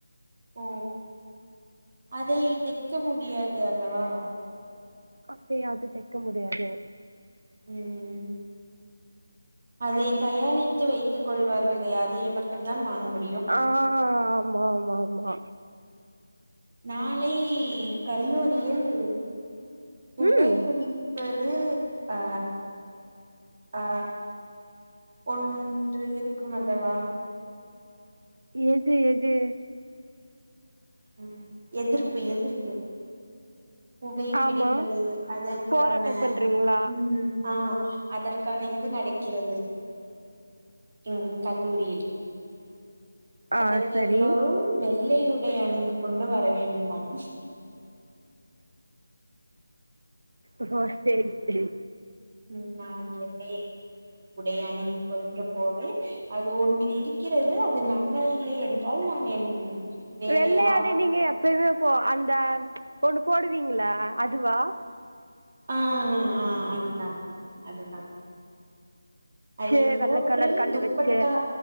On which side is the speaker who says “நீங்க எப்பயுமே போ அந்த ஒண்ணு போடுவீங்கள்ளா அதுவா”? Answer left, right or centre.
Right